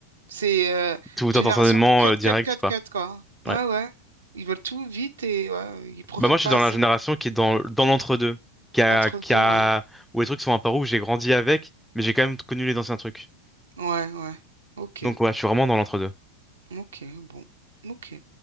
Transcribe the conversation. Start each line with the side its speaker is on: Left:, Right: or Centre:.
Right: C'est euh,
Centre: Tout
Right: génération
Centre: instantanément,
Right: cut,
Centre: euh, direct,
Right: cut, cut,
Centre: quoi.
Right: cut, quoi.
Centre: Ouais.
Right: Ouais, ouais. Ils veulent tout vite et ouais, ils profitent
Centre: Bah, moi, je
Right: pas
Centre: suis dans
Right: assez.
Centre: la génération qui est dans, dans l'entre-deux. Qui a,
Right: Entre
Centre: qui
Right: deux,
Centre: a,
Right: ouais.
Centre: où les trucs sont un peu où j'ai grandi avec, mais j'ai quand même connu les anciens trucs.
Right: Ouais, ouais. Ok.
Centre: Donc, ouais, je suis vraiment dans l'entre-deux.
Right: Ok. Bon. Ok.